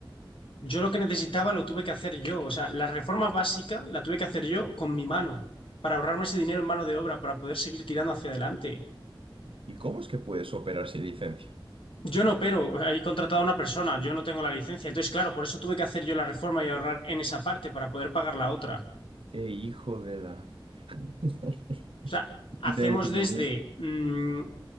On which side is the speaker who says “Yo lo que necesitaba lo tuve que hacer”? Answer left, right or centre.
Left